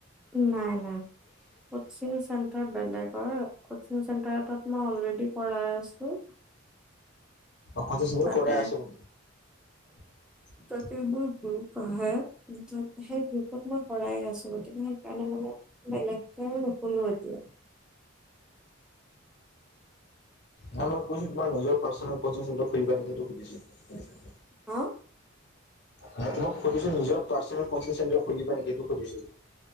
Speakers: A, in the centre; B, on the left.
A: নাই নাই কচিং চেণ্টাৰ বেলেগৰ কচিং চেণ্টাৰ এটাত মই অলৰেডি পঢ়াই আছো
B: বা কতিছিল
A: তাতে
B: কৰে আছিল <inaudible>
A: তবোৰ গ্ৰুপ আহে সেই গ্ৰুপত মই শৰাই আছো গতিকে সেইকাৰণে মানে- বেলেকে ফল তয়া
B: ন মই কৈছো তোমাৰ নিজৰ পাৰ্চাৰ খা নেকি সটো সুধিছো
A: হা
B: ন তমাক সুধছ নিজৰ পাৰ চোৰ খিবা নে সো